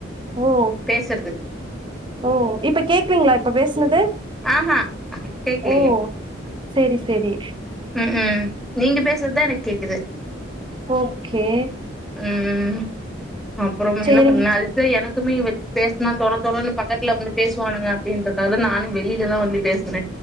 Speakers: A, on the right; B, in the centre.
A: ஓ
B: பேசுறது
A: ஓ இப்ப கேக்லைங்ளா இப்ப பேசுனது
B: ஆஹா கேக்கலையே
A: ஓ சேரி சேரி
B: ம் ம் நீங்க பேசுறதுதா எனக்கு கேக்குது
A: ஓகே
B: ம் அப்புறமா
A: சேரிங்க
B: என்ன பண்ணால் இங்க எனக்குமே பேசனா தோண தோண பக்கத்துல வந்து பேசுவானுங்க அப்டின்றக்காக நானு வெளிலதா வந்து பேசற